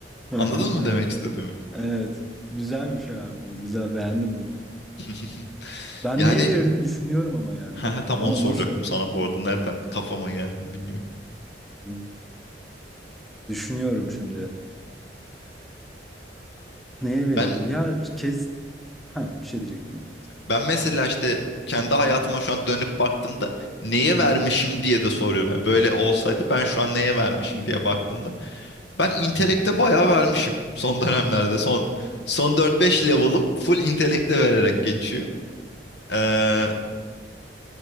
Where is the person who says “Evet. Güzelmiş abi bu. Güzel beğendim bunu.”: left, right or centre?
Centre